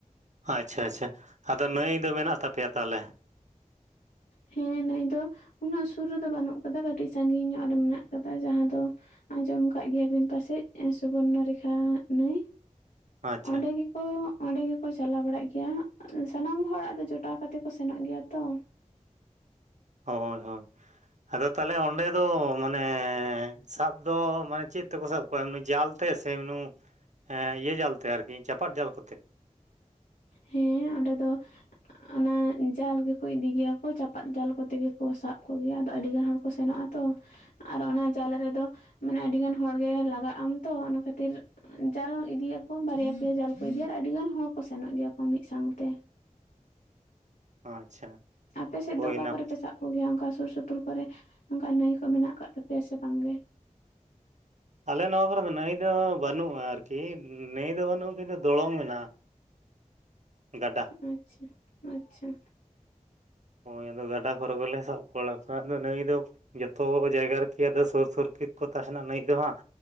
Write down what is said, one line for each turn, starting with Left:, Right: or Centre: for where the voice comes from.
Right: ᱟᱪᱪᱷᱟ ᱟᱪᱪᱷᱟ ᱟᱫᱚ ᱱᱟᱹᱭ ᱫᱚ ᱢᱮᱱᱟᱜ ᱛᱟᱯᱮᱭᱟ ᱛᱟᱦᱟᱞᱮ?
Left: ᱦᱮᱸ ᱱᱩᱭ ᱫᱚ, ᱩᱱᱟᱹᱜ ᱥᱩᱨ ᱨᱮᱫᱚ ᱵᱟᱹᱱᱩᱜ ᱠᱟᱫᱟ ᱾ᱠᱟᱹᱴᱤᱡ ᱥᱟᱜᱤᱧ ᱧᱚᱜ ᱨᱮ ᱢᱮᱱᱟᱜ ᱠᱟᱫᱟ᱾ ᱢᱟᱱᱮ ᱡᱟᱦᱟᱸ ᱫᱚ ᱟᱸᱡᱚᱢ ᱟᱠᱟᱫ ᱜᱮᱭᱟᱵᱤᱱ ᱯᱟᱥᱮᱡ? ᱥᱩᱵᱚᱨᱱᱚᱨᱮᱠᱷᱟ ᱱᱟᱹᱭ
Right: ᱟᱪᱪᱷᱟ
Left: ᱚᱸᱰᱮᱜᱮ ᱠᱚ ᱚᱸᱰᱮ ᱜᱮᱠᱚ ᱪᱟᱞᱟᱣ ᱵᱟᱲᱟᱜ ᱜᱮᱭᱟ᱾ ᱥᱟᱱᱟᱢ ᱦᱚᱲᱟᱜ ᱫᱚ ᱡᱚᱴᱟᱣ ᱠᱟᱛᱮ ᱠᱚ ᱥᱮᱱᱚᱜ ᱜᱮᱭᱟ ᱛᱚ᱾
Right: ᱦᱳᱭ, ᱦᱳᱭ, ᱟᱫᱚ ᱛᱟᱦᱚᱞᱮ ᱚᱸᱰᱮ ᱫᱚ, ᱢᱟᱱᱮ ᱥᱟᱵ ᱫᱚ ᱢᱟᱱᱮ ᱪᱮᱫ ᱛᱮᱠᱚ ᱥᱟᱵ ᱠᱚᱣᱟ᱾ ᱮᱢᱱᱤ ᱡᱟᱞ ᱛᱮ ᱥᱮ ᱮᱢᱱᱤ ᱤᱭᱟᱹ ᱡᱟᱞ ᱛᱮ ᱟᱨᱠᱤ ᱪᱟᱯᱟᱫ ᱡᱟᱞ ᱠᱚᱛᱮ?
Left: ᱦᱮᱸ ᱚᱸᱰᱮ ᱫᱚ ᱚᱱᱟ ᱡᱟᱞ ᱜᱮᱠᱚ ᱤᱫᱤ ᱜᱮᱭᱟ ᱠᱚ, ᱪᱟᱯᱟᱫ ᱡᱟᱞ ᱠᱚᱛᱮ ᱜᱮᱠᱚ ᱥᱟᱵ ᱠᱚᱜᱮᱭ-ᱟ ᱾ ᱟᱫᱚ ᱟᱹᱰᱤ ᱜᱟᱱ ᱦᱚᱲ ᱠᱚ ᱥᱮᱱᱚᱜᱼᱟ ᱛᱚ᱾ ᱟᱨᱚ ᱚᱱᱟ ᱡᱟᱞᱮ ᱨᱮᱫᱚ, ᱢᱟᱱᱮ ᱟᱹᱰᱤ ᱜᱟᱱ ᱦᱚᱲᱜᱮ ᱞᱟᱜᱟᱜ ᱟᱢ ᱛᱚ ᱾ᱚᱱᱟ ᱠᱷᱟᱹᱛᱤᱨ ᱡᱟᱞ ᱤᱫᱤᱭᱟᱠᱚ, ᱵᱟᱨᱭᱟ ᱯᱮᱭᱟ ᱡᱟᱞ ᱠᱚ ᱤᱫᱤᱭᱟ ᱟᱨ ᱟᱹᱰᱤ ᱜᱟᱱ ᱦᱚᱲ ᱠᱚ ᱥᱮᱱᱚᱜ ᱜᱮᱭᱟ ᱢᱤᱫ ᱥᱟᱶᱛᱮ᱾
Right: ᱟᱪᱪᱷᱟ
Left: ᱟᱯᱮ ᱥᱮᱫ
Right: ᱦᱳᱭᱱᱟ
Left: ᱫᱚ ᱚᱠᱟ ᱠᱚᱨᱮ ᱯᱮ ᱥᱟᱵ ᱠᱚᱜᱮᱭᱟ᱾ ᱚᱱᱠᱟ ᱥᱩᱨ ᱥᱩᱯᱩᱨ ᱠᱚᱨᱮ, ᱚᱱᱠᱟ ᱱᱟᱹᱭ ᱠᱚ ᱢᱮᱱᱟᱜ ᱟᱠᱟᱫ ᱛᱟᱯᱮᱭ-ᱟ ᱥᱮ ᱵᱟᱝ ᱜᱮ?
Right: ᱟᱞᱮ ᱱᱚᱣᱟ ᱠᱚᱨᱮ ᱫᱚ ᱱᱟᱹᱭ ᱫᱚ ᱵᱟᱹᱱᱩᱜᱼᱟ, ᱟᱨᱠᱤ ᱱᱟᱹᱭ ᱫᱚ ᱵᱟᱹᱱᱩᱜᱼᱟ᱾ ᱠᱤᱱᱛᱩ ᱫᱚᱲᱚᱝ ᱢᱮᱱᱟᱜᱼᱟ᱾ ᱜᱟᱰᱟ
Left: ᱟᱪᱪᱷᱟ ᱟᱪᱪᱷᱟ᱾
Right: ᱦᱳᱭ ᱟᱫᱚ ᱜᱟᱰᱟᱸ ᱠᱚᱨᱮ ᱜᱮᱞᱮ ᱥᱟᱵ ᱵᱟᱲᱟ᱾ ᱠᱚᱣᱟ ᱟᱫᱚ ᱱᱟᱹᱭ ᱫᱚ ᱡᱚᱛᱚ ᱡᱟᱭᱜᱟ ᱨᱮᱠᱤ ᱟᱫᱚ ᱥᱩᱨ ᱥᱩᱨ ᱜᱮᱠᱚ ᱛᱟᱦᱮᱱᱟ, ᱱᱟᱹᱭ ᱫᱚ ᱦᱟᱸᱜ